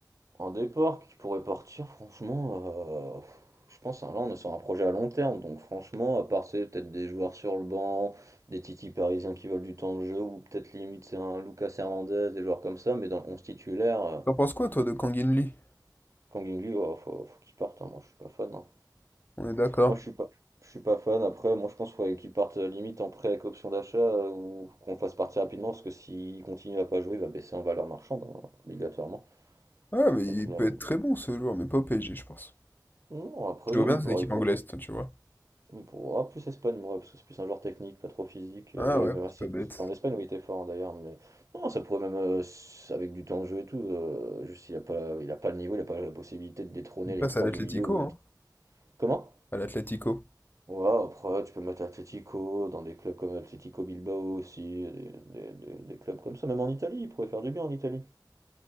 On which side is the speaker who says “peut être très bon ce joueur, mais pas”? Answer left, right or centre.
Left